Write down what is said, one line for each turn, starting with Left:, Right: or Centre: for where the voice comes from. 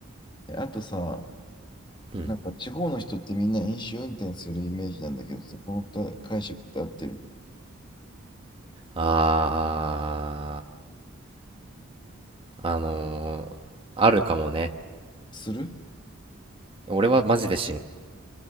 Left: え、あとさ、
Right: うん
Left: なんか地方の人ってみんな飲酒運転するイメージなんだけどさ、このた解釈って合ってる
Right: あー、あのーあるかもね。
Left: するする
Right: 俺はマジで死ん。